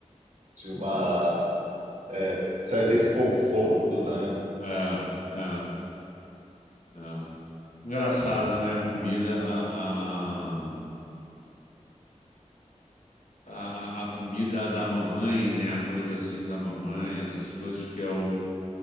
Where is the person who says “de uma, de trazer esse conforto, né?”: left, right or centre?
Right